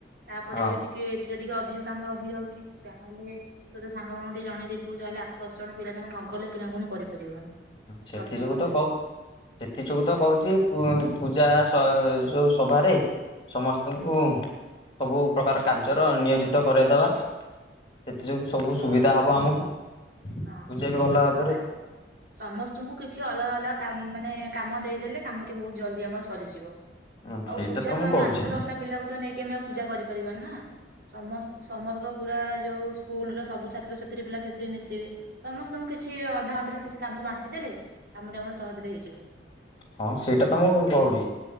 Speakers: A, on the right; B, on the left.
A: ତାପରେ
B: ହଁ
A: ବି ଟିକେ ଏଥିରେ ଟିକେ ଅଧିକ କାମ ରହିଯାଉଛି ତାହେଲେ ତୁ ସାଙ୍ଗ ମାନଙ୍କୁ ଟିକେ ଜଣେଇ ଦେଇଥିବ ଯାହେଲେ ଆଠ ଜଣ ପିଲା ତମେ ନଗଲେ କିଣାକୁଣି କରିପାରିବନି।
B: ସେଥି
A: ପ୍ରଥମ
B: ଯୋଗୁ
A: କଥା।
B: ତ କହୁ ସେଥି ଯୋଗୁ ତ କହୁଛି ପୁ ପୂଜା ଯେଉଁ ସଭାରେ ସମସ୍ତଙ୍କୁ ସବୁ ପ୍ରକାର କାର୍ଯ୍ୟର ନିୟୋଜିତ କରାଇଦେବା। ସେଥିଯୋଗୁଁ ସବୁ
A: ହଁ
B: ସୁବିଧା ହେବ ଆମକୁ ପୂଜା
A: ହଁ ସେଟା
B: ବି ଭଲ
A: ସତ
B: ଭାବରେ।
A: କଥା। ସମସ୍ତଙ୍କୁ କିଛି ଅଲଗା ଅଲଗା କ ମାନେ କାମ ଦେଇ ଦେଲେ କାମଟି ବହୁତ ଜଲଦି ଆମର ସରିଯିବ
B: ହଁ
A: ଆଉ
B: ସେଇଟା
A: ପୂଜା
B: ମୁଁ
A: ତ ଆମେ
B: କହୁଛି
A: ଆଠ ଦଶଟା ପିଲାକୁ ତ ନେଇକି ଆମେ ଆଉ ପୂଜା କରିପାରିବାନି ନା। ସମସ୍ତ ସମର୍ଗ ପୁରା ଯୋଉ ସ୍କୁଲ ର ସବୁ ଛାତ୍ରଛାତ୍ରୀ ପିଲା ସେଥିରେ ମିଶିବେ ସମସ୍ତଙ୍କୁ କିଛି ଅଧା ଅଧା କିଛି କାମ ବାଣ୍ଟି ଦେଲେ କାମ ଟା ଆମର ସହଜରେ ହେଇଯିବ।
B: ହଁ ସେଇଟା ତ ମୁଁ କହୁଛି